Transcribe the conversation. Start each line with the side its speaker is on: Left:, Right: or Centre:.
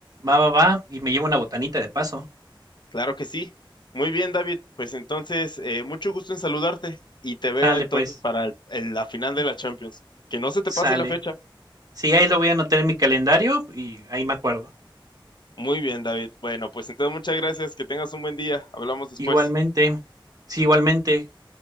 Right: va, va, va. Y me llevo una botanita de paso.
Left: Claro que sí. Muy bien, David. Pues entonces, eh, mucho gusto en saludarte y te veo
Right: Sale,
Left: entonces
Right: pues,
Left: para el- el- la final de la Champions. Que no se
Right: sale.
Left: te pase la fecha.
Right: Sí, ahí lo voy a anotar en mi calendario y ahí me acuerdo.
Left: Muy bien, David. Bueno, pues entonces muchas gracias. Que tengas un buen día. Hablamos después.
Right: Igualmente, sí, igualmente.